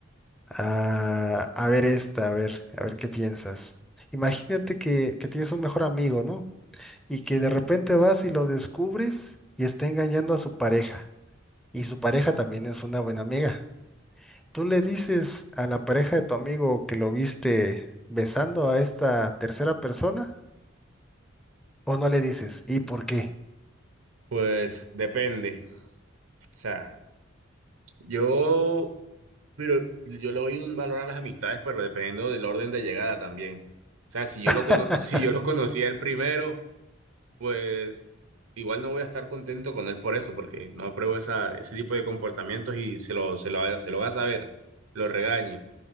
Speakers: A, in the centre; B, on the right.
A: Ah, a ver esta, a ver, a ver qué piensas. Imagínate que, que tienes un mejor amigo, ¿no? Y que de repente vas y lo descubres y está engañando a su pareja. Y su pareja también es una buena amiga. Tú le dices a la pareja de tu amigo que lo viste besando a esta tercera persona o no le dices, ¿y por qué?
B: Pues depende. O sea, yo, pero yo le doy un valor a las amistades, pero dependiendo del orden de llegada también. O sea, si yo
A: <laughs>
B: lo cono- si yo lo conocía el primero, pues igual no voy a estar contento con él por eso, porque no apruebo esa, ese tipo de comportamientos y se lo, se lo, se lo va a saber, lo regañe.